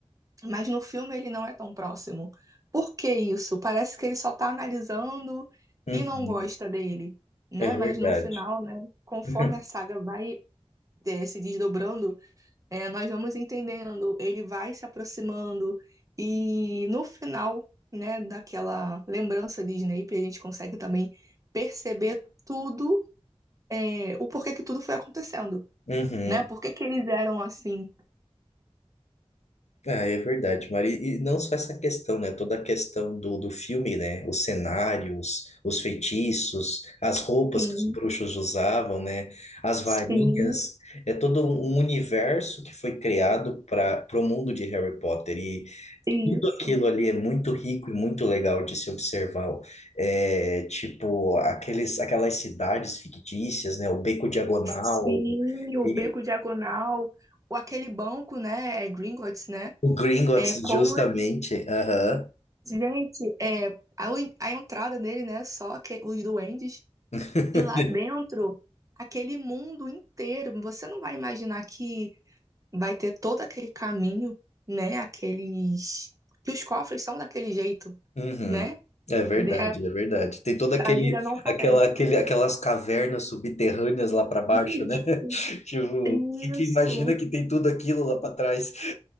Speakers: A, on the right (about 30°); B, on the left (about 85°).
A: mas no filme ele não é tão próximo. Por que isso? Parece que ele só tá analisando
B: uhum.
A: e não gosta dele, né?
B: É verdade.
A: Mas no final, né, conforme
B: <laughs>
A: a saga vai eh, se desdobrando, eh, nós vamos entendendo, ele vai se aproximando e no final, né, daquela lembrança de Snape, a gente consegue também perceber tudo, eh, o porquê que tudo foi acontecendo,
B: Uhum.
A: né? Por que que eles eram assim?
B: Ah, é verdade, Mari. E não só essa questão, né? Toda a questão do, do filme, né? Os cenários, os feitiços, as roupas
A: Sim,
B: que os bruxos usavam, né? As varinhas.
A: sim.
B: É todo um um universo que foi criado para o mundo de Harry Potter. E
A: Isso.
B: tudo aquilo ali é muito rico e muito legal de se observar. É, tipo, aqueles, aquelas cidades fictícias, né? O Beco Diagonal
A: Sim, o
B: e
A: Beco Diagonal, o aquele banco, né? É Gringotts, né?
B: o Gringotts,
A: É como.
B: justamente.
A: é-
B: Aham.
A: Gente, é, a, en- a entrada dele, né? Só que, os duendes.
B: <laughs>
A: E lá dentro, aquele mundo inteiro. Você não vai imaginar que vai ter todo aquele caminho, né? Aqueles. Que os cofres são daquele jeito,
B: Uhum.
A: né?
B: É verdade,
A: De- é-
B: é verdade. Tem toda aquele,
A: a Lida não parece.
B: aquela, aquele, aquelas cavernas subterrâneas lá para baixo,
A: Isso.
B: né? <laughs> Tipo,
A: Isso.
B: que, que imagina que tem tudo aquilo lá para trás.